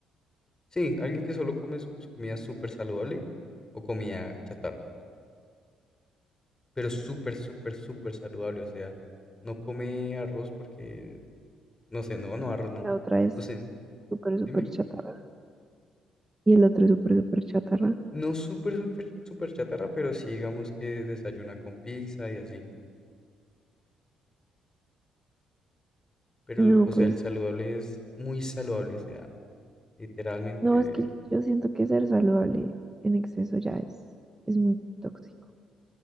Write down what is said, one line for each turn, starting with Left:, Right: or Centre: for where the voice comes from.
Left: Sí, alguien que solo come su, su comida súper saludable o comida chatarra, pero súper, súper, súper saludable. O sea, no come arroz porque, no sé, no, no, arroz no.
Right: La otra es
Left: No sé,
Right: súper, súper
Left: dime,
Right: chatarra. Y el otro es súper, súper chatarra.
Left: no súper, súper, súper chatarra, pero sí digamos que desayuna con pizza y así. Pero,
Right: No,
Left: o
Right: pues
Left: sea, el saludable es muy saludable, o sea, literalmente
Right: No, es que yo siento que ser saludable en exceso ya es, es muy tóxico.